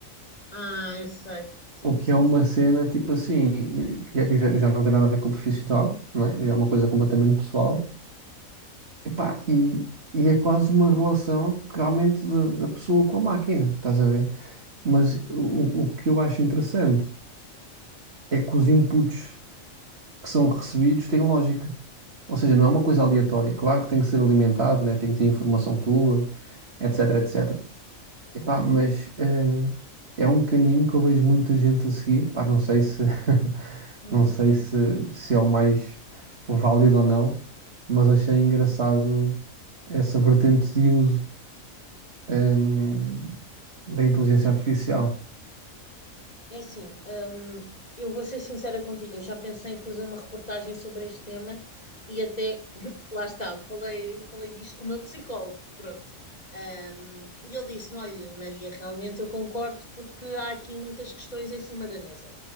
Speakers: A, on the left; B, on the right.
A: Ah, eu sei. Sim,
B: O que
A: sim,
B: é uma
A: sim.
B: cena tipo assim, que já, já, já não tem nada a ver com o profissional, não é? Já é uma coisa completamente pessoal. Epá, e, e é quase uma relação realmente da, da pessoa com a máquina, estás a ver? Mas o, o que eu acho interessante é que os inputs que são recebidos têm lógica. Ou seja, não é uma coisa aleatória. Claro que tem que ser alimentado, né? Tem que ter informação tua etc, etc. Epá, mas eh, é um caminho que eu vejo muita gente a seguir. Pá, não sei se <laughs>
A: Uhum.
B: não sei se, se é o mais válido ou não, mas achei engraçado essa vertente de uso ehm, da inteligência artificial.
A: É assim, hum, eu vou ser sincera contigo, eu já pensei em fazer uma reportagem sobre este tema e até, <laughs> lá está, falei, falei disto com o meu psicólogo, pronto. Hum, e ele disse-me, olha, Maria, realmente eu concordo porque há aqui muitas questões em cima da mesa.